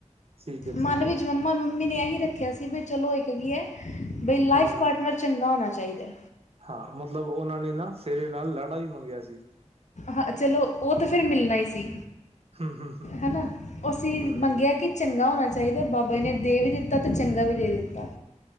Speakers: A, on the right; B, on the left.
A: ਠੀਕ ਹੈ
B: ਮਨ
A: ਠੀਕ
B: ਵਿੱਚ
A: ਹੈ
B: ਮੰਮਾ ਮੰਮੀ ਨੇ ਇਹੀ ਰੱਖਿਆ ਸੀ ਵੀ ਚਲੋ ਇੱਕ। ਕੀ ਹੈ ਬਈ ਲਾਈਫ
A: ਹਮ ਹਮ
B: ਪਾਰਟਨਰ ਚੰਗਾ ਹੋਣਾ ਚਾਹੀਦਾ।
A: ਹਾਂ ਮਤਲਬ ਉਹਨਾਂ ਨੇ ਨਾ ਸਿਹਰੇ ਨਾਲ ਲਾੜਾ ਵੀ ਮੰਗਿਆ ਸੀ।
B: ਹਾਂ ਚਲੋ, ਉਹ ਤਾਂ ਫਿਰ ਮਿਲਣਾ ਹੀ ਸੀ।
A: ਹਮ ਹਮ ਹਮ
B: ਹਨਾ ਅਸੀਂ
A: ਹਮ
B: ਮੰਗਿਆ
A: ਹਮ
B: ਕਿ ਚੰਗਾ ਹੋਣਾ ਚਾਹੀਦਾ ਬਾਬਾ ਜੀ ਨੇ ਦੇ ਵੀ ਦਿੱਤਾ ਅਤੇ ਚੰਗਾ ਵੀ ਦੇ ਦਿੱਤਾ।